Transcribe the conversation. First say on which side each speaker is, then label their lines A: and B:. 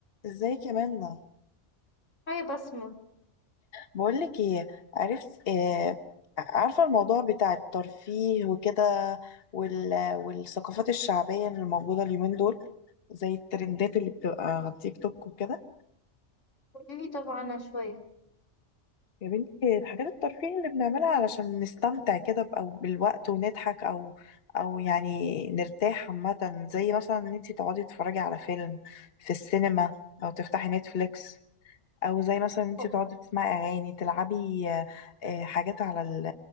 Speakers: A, on the left; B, on the left.
A: ازيك يا منى
B: هاي بسمة
A: بقولك ايه عرفت إيه عارفة الموضوع بتاع الترفيه وكده وال... والثقافات الشعبية اللي موجودة اليومين دول زي الترندات اللي بتبقى على التيك توك وكده
B: قوليلي طبعا عنها شوية
A: يا بنتي الحاجات الترفيه اللي بنعملها علشان نستمتع كده ب- او بالوقت ونضحك او او يعني نرتاح عامة زي مثلا ان انتي تقعدي تتفرجي على فيلم في السينما او تفتحي نتفليكس او زي مثلا انت
B: أو-
A: بتقعدي تسمعي اغاني تلعبي آه، آه، حاجات على ال